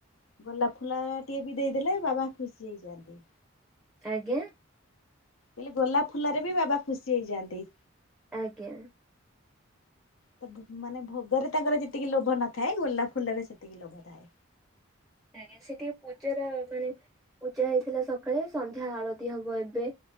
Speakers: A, on the left; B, in the centre.
A: ଗୋଲାପ ଫୁଲ ଟିକେ ବି ଦେଇଦେଲେ ବାବା ଖୁସି ହେଇଯାଆନ୍ତି।
B: ଆଜ୍ଞା।
A: ହେଲେ ଗୋଲାପ ଫୁଲ ରେ ବି ବାବା ଖୁସି ହେଇଯାଆନ୍ତି।
B: ଆଜ୍ଞା।
A: ତ ମାନେ ଭୋଗରେ ତାଙ୍କର ଯେତିକି ଲେଉ ନଥାଏ ନଗୋଲାପ ଫୁଲ ସେତିକି ଲୋଭ ଥାଏ।
B: ଆଜ୍ଞା ସେଠିକି ପୂଜାର ମାନେ ପୂଜା ହେଇଥିଲା ସକାଳେ ସନ୍ଧ୍ୟା ଆଳତି ହବ ଏବେ।